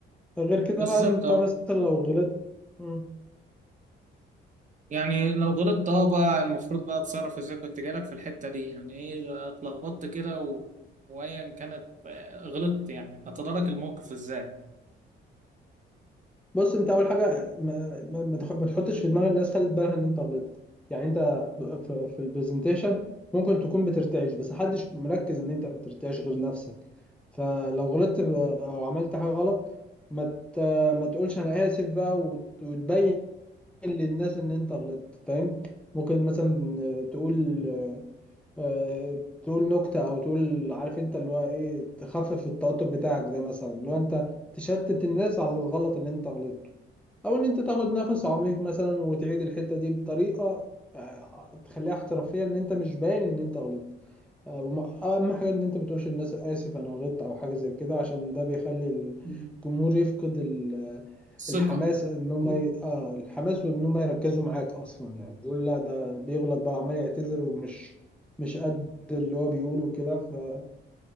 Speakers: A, in the centre; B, on the right.
A: غير كده
B: بالظبط
A: بقى انت
B: اه
A: مثلا لو غلطت مم.
B: يعني لو غلطت اه بقى المفروض بقى اتصرف ازاي كنت جالك في الحتة دي يعني ايه اتلخبطت كده و... وايا كانت آه، غلطت يعني هتدارك الموقف ازاي
A: بص انت اول حاجه ما, ما, ما تح- ما تحطش في دماغ الناس خدت بالها ان انت غلطت يعني انت في, في البرزنتيشن ممكن تكون بترتعش بس محدش مركز ان انت بترتعش غير نفسك فلو غلطت ب- او عملت حاجه غلط ما ت- ما تقولش انا اسف بقى وت- وتبين للناس ان انت غلطت فاهم ممكن مثلا تقول آه، تقول نكتة او تقول عارف انت اللي هو ايه تخفف التوتر بتاعك ده مثلا اللي هو انت تشتت الناس على الغلط اللي انت غلطته او ان انت تاخد نفس عميق مثلا وتعيد الحتة دي بطريقة آه، تخليها احترافية ان انت مش باين ان انت غلطت آه، وما- اهم حاجه ان انت ما تقولش للناس اسف انا غلطت او حاجه زي كده عشان ده بيخلي
B: مم.
A: الجمهور يفقد ال-
B: ثقة
A: الحماس ان هم ي... اه الحماس وان هم يركزوا معاك اصلا يعني يقول لا ده بيغلط بقى عمال يعتذر ومش مش قد اللي هو بيقوله كده فدي